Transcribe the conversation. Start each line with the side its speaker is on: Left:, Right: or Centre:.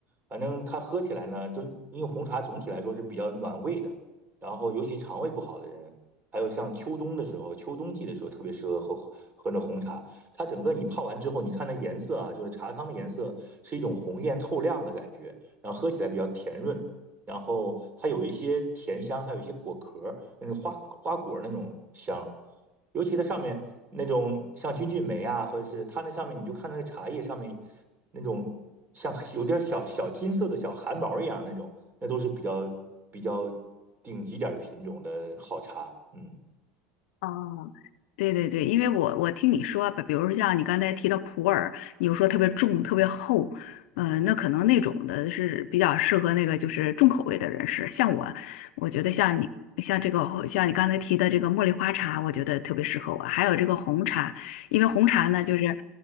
Right: 反正它喝起来呢，就因为红茶总体来说是比较暖胃的，然后尤其肠胃不好的人，还有像秋冬的时候，秋冬季的时候特别适合喝喝那红茶。它整个你泡完之后，你看那颜色啊，就是茶汤的颜色是一种红艳透亮的感觉，然后喝起来比较甜润。然后它有一些甜香，还有一些果壳儿那种花花果那种香，尤其它上面那种像金骏眉啊，或者是它那上面，你就看那个茶叶上面那种像有点小小金色的小汗毛一样那种，那都是比较比较顶级点儿的品种的好茶，嗯。
Left: 哦，对对对，因为我我听你说啊，比如说像你刚才提到普洱，你又说特别重、特别厚，呃，那可能那种的是比较适合那个就是重口味的人士。像我，我觉得像你像这个像你刚才提的这个茉莉花茶，我觉得特别适合我。还有这个红茶，因为红茶呢就是，